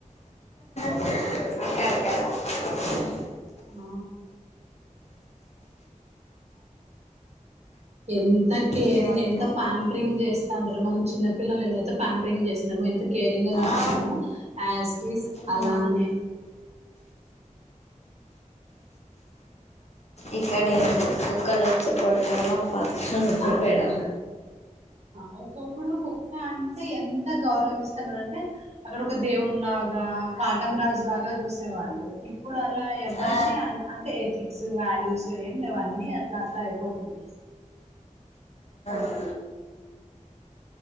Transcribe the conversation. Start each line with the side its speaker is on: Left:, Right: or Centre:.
Left: ఎక్కడక్కద
Right: ఆ ఎంత కేరింగ్
Left: ఇంకేమక్క
Right: ఎంత పాంపరింగ్ చేస్ తాండ్రు మనం చిన్న పిల్లని ఎలాయితే పా్యాంపింగ్ చేస్తామో ఎంత కేరింగ్ గా
Left: ఆ
Right: చూసుకుంటామో యాస్ ఇట్ ఈస్ అలానే
Left: ఆ ఇక్కడ ఏందో లే కుక్కల్ నీ వచ్చే కొట్టడమా పదా అని దొబ్బెడమా
Right: ఆ ఒకప్పుడు కుక్క అంటే ఎంత గౌరవిస్తన్నా అంటే అక్కడ ఒక దే ఉన్ లాగా కాటం రాజు జూ అలాగా చూసే వాళ్ళు ఇప్పుడు అలా ఎవ్వరికి
Left: ఆ
Right: అన్ అంటే ఎథిక్స్ వాల్యూస్ ఏం లేవు అన్ ని అట్లా అట్లా అయిపోతున్నాయి
Left: ఆ